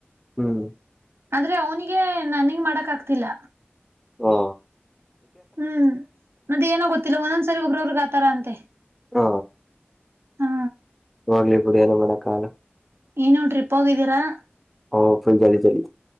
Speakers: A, in the centre; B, on the right (about 70°).
A: ಹ್ಮ್
B: ಆದಂದ್ರೆ ಅವನಿಗೆ ನನ್ಗ್ ಮಾಡಕ್ ಆಗ್ತಿಲ್ಲ
A: ಹಾ
B: ಹ್ಮ್ ಮತ್ತೆ ಏನ ಗೊತ್ತಿಲ್ಲ ಒಂದೊಂದ್ಸರಿ ಒಬ್ರ ಒಬ್ಬರಿಗೆ ಆತರ ಅಂತೆ
A: ಹ
B: ಹಾ
A: ಹೋಗ್ಲಿ ಬಿಡಿ ಏನು ಮಾಡಕಾಗಲ್ಲ
B: ಏನೋ ಟ್ರಿಪ್ ಹೋಗಿದ್ದೀರಾ
A: ಓ ಫುಲ್ ಜಾಲಿ ಜಾಲಿ